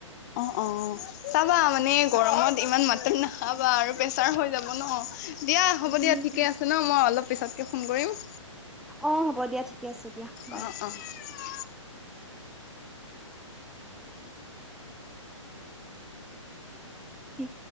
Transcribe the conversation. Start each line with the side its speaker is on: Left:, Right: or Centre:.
Left: অ, অ চাবা মানে গৰমত ইমান মাটন নাখাবা আৰু। প্ৰেছাৰ হৈ যাব নহ দিয়া হ'ব
Centre: উম
Left: দিয়া ঠিকে আছে নহ মই অলপ পিছতকে ফোন কৰিম।
Centre: অ হ'ব দিয়া ঠিকে আছে দিয়া বাই।
Left: অ <unintelligible>
Centre: কি।